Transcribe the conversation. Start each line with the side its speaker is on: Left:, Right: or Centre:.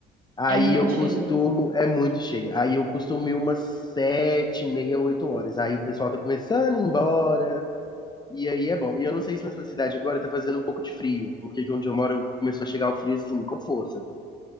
Left: Aí
Right: é muito
Left: eu costumo...
Right: cheio.
Left: É muito cheio. Aí eu costumo ir umas sete e meia, oito horas. Aí o pessoal tá começando a ir embora, e aí é bom. E eu não sei se na sua cidade agora tá fazendo um pouco de frio, porque aqui onde eu moro começou a chegar o frio, assim, com força.